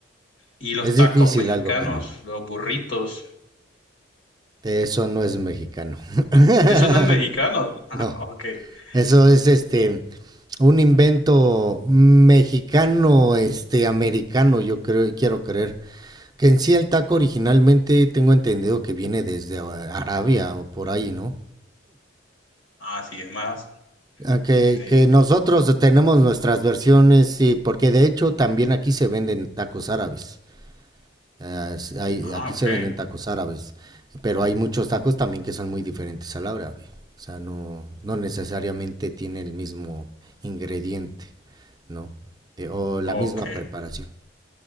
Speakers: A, on the left (about 85°); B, on the right (about 20°).
A: Y los
B: Es
A: tacos
B: difícil
A: mexicanos,
B: algo que no.
A: los burritos.
B: De Eso no es mexicano. <laughs>
A: Eso no es mexicano. <laughs> Ah,
B: No,
A: ok.
B: eso
A: Y-
B: es este un invento mexicano, este americano, yo creo, quiero creer. Que en sí el taco originalmente tengo entendido que viene desde a- Arabia o por ahí, ¿no?
A: ah, sí, es más
B: Ah, Que,
A: de.
B: que nosotros tenemos nuestras versiones y porque de hecho también aquí se venden tacos árabes. Eh, s- hay-
A: Ah,
B: aquí
A: ok.
B: se venden tacos árabes, pero hay muchos tacos también que son muy diferentes al árabe. O sea, no, no necesariamente tiene el mismo ingrediente, ¿no? Eh, o la
A: Ok.
B: misma preparación.